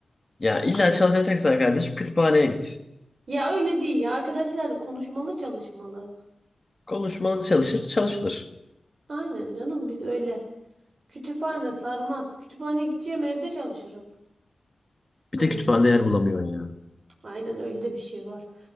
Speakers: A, on the left; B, on the right.
A: Ya illa çalışacaksan kardeşim kütüphaneye git.
B: Ya öyle değil ya. Arkadaşlarla konuşmalı çalışmalı.
A: Konuşmalı çalışır, çalışılır.
B: Aynen canım biz öyle. Kütüphane sarmaz. Kütüphane gideceğim evde çalışırım.
A: Bir
B: Yani
A: de kütüphanede yer bulamıyorsun ya.
B: Aynen öyle de bir şey var.